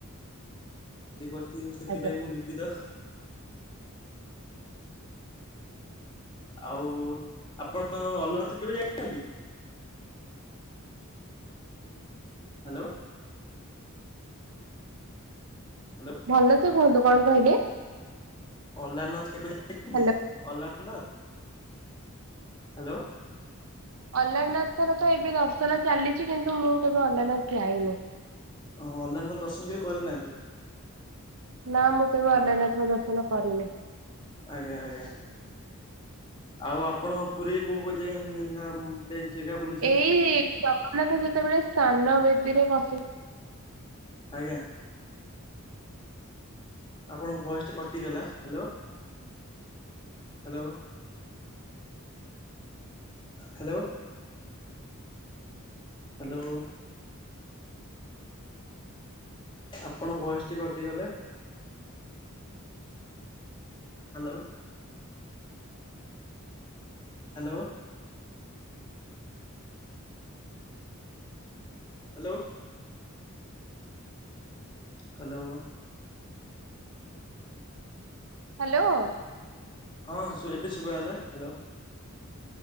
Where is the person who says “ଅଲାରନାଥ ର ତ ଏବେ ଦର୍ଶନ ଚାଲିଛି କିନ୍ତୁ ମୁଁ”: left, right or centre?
Right